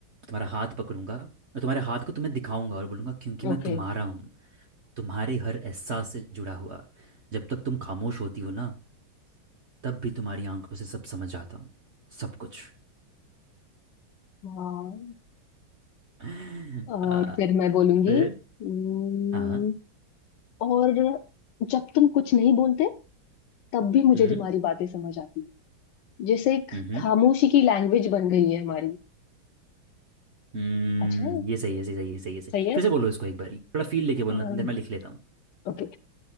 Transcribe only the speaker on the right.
तुम्हारा हाथ पकड़ूंगा और तुम्हारे हाथ को तुम्हें दिखाऊंगा और बोलूंगा क्योंकि मैं
तुम्हारा हूँ तुम्हारे हर एहसास से जुड़ा हुआ जब तक तुम खामोश होती हो ना तब भी तुम्हारी आंखों से सब समझ आता हूँ सब कुछ
<laughs>
आ,
फिर
हाँ
हम्म
हम्म
हम्म
ये सही है सही सही ये सही है सही
फिर से बोलो इसको एक बारी थोड़ा फील लेके बोलना
इतनी देर मैं लिख लेता हूँ